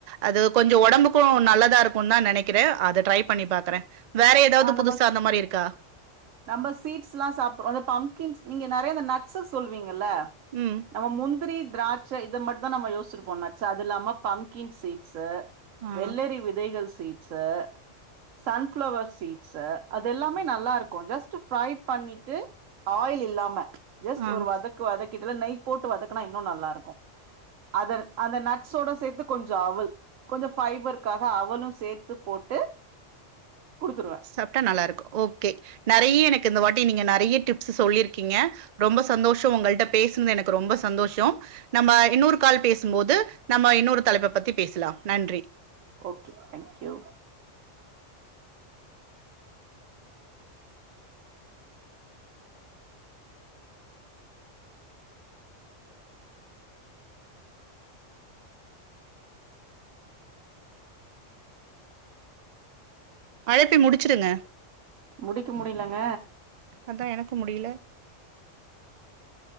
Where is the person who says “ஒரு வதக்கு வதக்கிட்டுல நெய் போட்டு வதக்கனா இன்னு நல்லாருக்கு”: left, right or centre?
Right